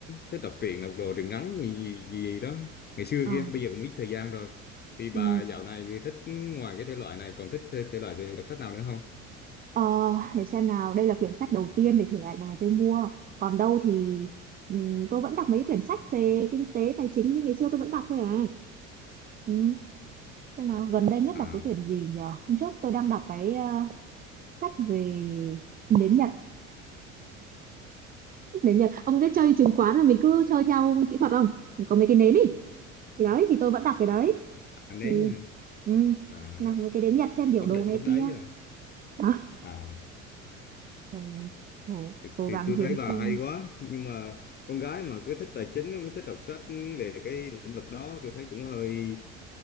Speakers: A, on the left; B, on the right.
A: thích đọc truyện đọc đồ truyện ngắn gì, gì, gì gì đó ngày xưa
B: ờ,
A: kia bây giờ cũng ít thời gian rồi thì bà
B: ừ.
A: dạo này thì thích ngoài cái thể loại này còn thích thể, thể loại gì, đọc sách nào nữa không
B: Ờ, để xem nào đây là quyển sách đầu tiên về thể loại này tôi mua còn đâu thì ừ, tôi vẫn đọc mấy quyển sách về kinh tế tài chính như ngày xưa tôi vẫn đọc thôi à ừ. xem nào gần đây nhất
A: à,
B: đọc cái quyển gì nhờ hôm trước tôi đang đọc cái ờ, sách về nến Nhật nến Nhật ông biết chơi chứng khoán là mình cứ chơi theo kỹ thuật không có mấy cái nến ý thì đấy thì tôi vẫn đặt cái đấy
A: à nếu
B: thì
A: như-
B: ừ,
A: à,
B: nào mấy cái nến Nhật xem biểu
A: Bắc
B: đồ
A: Định
B: này
A: bất
B: kia
A: Đáy à,
B: đó
A: à
B: rồi cố,
A: thì,
B: cố
A: thì
B: gắng
A: tôi
B: kiếm
A: thấy bà
B: thêm.
A: hay quá nhưng mà con gái mà cứ thích tài chính mới thích đọc sách về cái lĩnh vực đó tôi thấy cũng hơi